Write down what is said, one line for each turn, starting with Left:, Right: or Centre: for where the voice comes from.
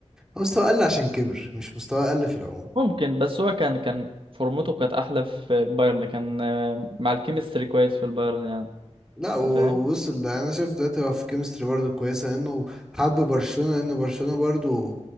Centre: هو مستواه قل عشان كبر مش مستواه قل في العموم
Right: ممكن بس هو كان كان فورمته كانت احلى في بايرن كان آه، مع الكيمستري كويس في البايرن يعني
Centre: لا و-
Right: انت فاهم
Centre: ووصل انا شايف دلوقتي هو في كيمستري برضه كويسه انه حب برشلونه ان برشلونه برضه